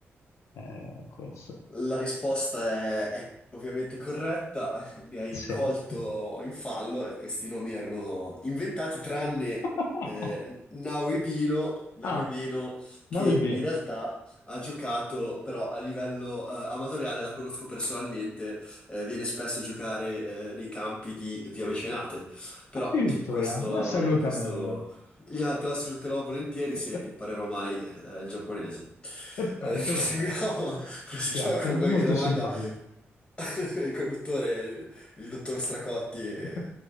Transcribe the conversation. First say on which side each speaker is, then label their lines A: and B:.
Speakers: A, on the left (about 85°); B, on the left (about 20°).
A: Eh, questo.
B: La risposta è, è ovviamente corretta, mi hai
A: Sì.
B: colto in fallo, e questi nomi erano inventati tranne
A: <laughs>
B: eh, Nauibino, Nauibino,
A: Ah,
B: che
A: Naomi bene.
B: in realtà ha giocato però a livello eh, amatoriale, la conosco personalmente, eh, viene spesso a giocare eh, nei campi di Via Mecenate, Mm. però
A: Addirittura,
B: questo,
A: ma salutamela
B: questo
A: allora.
B: gliela- te la sfrutterò volentieri se
A: <laughs>
B: imparerò mai eh, il giapponese.
A: Perfetto,
B: Eh, <laughs> proseguiamo
A: perfetto.
B: Proseguiamo
A: Grazie,
B: con qualche
A: molto
B: domanda.
A: simpatico.
B: <laughs> Il conduttore, il dottor Stracotti, è
A: <laughs>